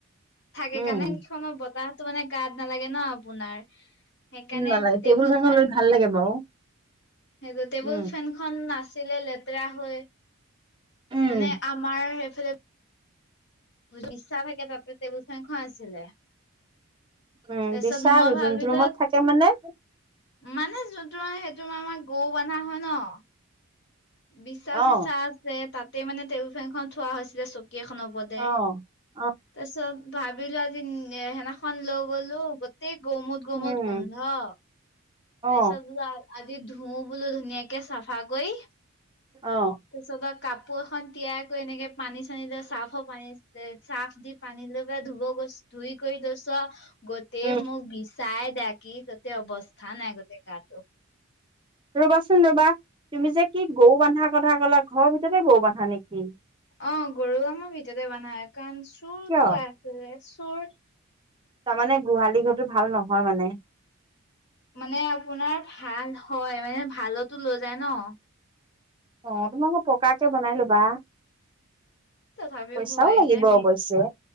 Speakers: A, on the left; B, on the right.
A: থাকে
B: উম
A: কাৰণে সেইখন বতাহতো মানে গাত নালাগে ন' আপোনাৰ। সেইকাণে
B: উম নালাগে
A: টেবুল ফেন
B: লৈ ভাল
A: অ'
B: লাগে বাৰু
A: সেইটো টেবুল
B: উম
A: ফেনখন নাছিলে লেতেৰা হৈ
B: উম
A: মানে আমাৰ সেইফালে বিচা থাকে ন তাতে টেবুল ফেন খন আছিলে।
B: উম,
A: তাৰপিছত
B: বিচাৰ
A: মই ভাবিলো
B: যোনটো ৰুমত থাকে মানে
A: মানে যোনটো মানে সেইটো আমাৰ গৰু বন্ধা হয় ন'। বিচা
B: অ
A: চিচা আছে তাতে মানে টেবুল ফেনখন থোৱা হৈছিলে চকী এখনৰ ওপৰতে।
B: অ অ
A: তাৰ পিছত ভাবিলো আজি সেনাখনন লৈ গলো গোতেই গৰুমুত গৰুমুত
B: উম
A: গোন্ধ।
B: অ
A: তাৰ পিছত বোলো আজি ধুও বোলো ধুনীয়াকে চাফা কৰি
B: অহ।
A: তাৰ পিছ পা কাপোৰ এখন তিয়াই কৰি এনেকে পানী চানী লৈ চাফৰ পানী চাফ দি পানী লৈ ধুব গছ ধুই কৰি গৈছোৱা গৈ এ
B: উম
A: মোক বিচাই দাকি গোটেই অৱস্থা নাই গোটেই গাটো।
B: ৰ'বাচোন ৰ'বা তুমি যে কি গৰু বানধা কথা কলা ঘৰৰ ভিতৰতে গৰু বান্ধা নেকি?
A: অ' গৰু আমাৰ ভিতৰতে বন্ধা হয় কাৰণ চোৰটো
B: কিয়
A: আছে চোৰ
B: তাৰমানে গোহালি ঘৰটো ভাল নহয় মানে
A: মানে আপোনাৰ ভাল হয় মানে ভালতো লৈ যায় ন
B: অ 'তোমালোকে পকাকে বনাই লবা।
A: তথাপিও
B: পইচাই
A: ভয় সেইকাৰণে
B: লাগিব
A: ভি
B: অৱশ্যে,